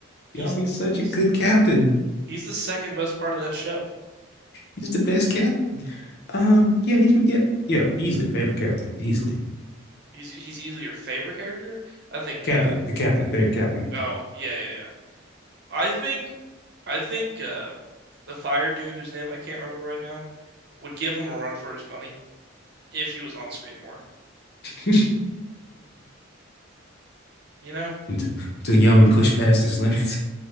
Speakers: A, on the right; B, on the left.
A: He's
B: Y'all be such
A: he's
B: a good captain.
A: he's the second best part of that show.
B: He's the best captain. Um, yeah, he's, yeah, yeah, easily favorite captain. Easily.
A: He's he's easily your favorite character. I think
B: Captain,
A: uh
B: the captain, favorite captain.
A: oh, yeah, yeah, yeah. I think I think uh the fire dude whose name I can't remember right now would give him a run for his money if he was on screen more.
B: <laughs>
A: You know?
B: until, until Yami pushed past his limits.